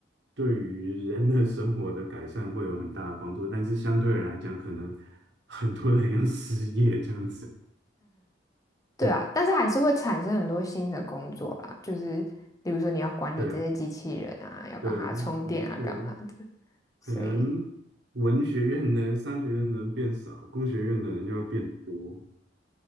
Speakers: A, on the right (about 75°); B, on the left (about 20°).
A: 对于人的生活的改善会有很大的帮助。但是相对的来讲，可能很多人要失业这样子。
B: 对啊，
A: 对
B: 但是还是会产生很多新的工作啦，就是比如说你要管理这些机器人啊，
A: 对
B: 要帮它充电啊，
A: 对，没错，
B: 干嘛的，所以
A: 可能文学院的商学院的人变少，工学院的人就会变多，